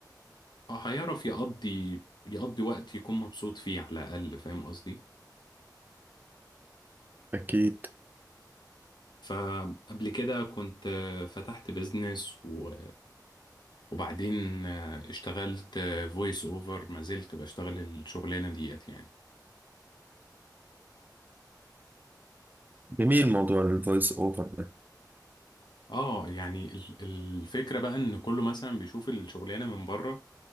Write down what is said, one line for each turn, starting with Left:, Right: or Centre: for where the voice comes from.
Left: آه، هيعرف يقضي يقضي وقت يكون مبسوط فيه على الأقل فاهم قصدي
Right: اكيد
Left: فقبل كده كنت آه، فتحت بيزنس و- وبعدين آه، اشتغلت فويس أوفر ما زلت بشتغل الشغلانة ديت يعني
Right: جميل موضوع الفويس اوفر ده
Left: اه يعني ال- الفكرة بقى ان كله مثلا بيشوف الشغلانة من بره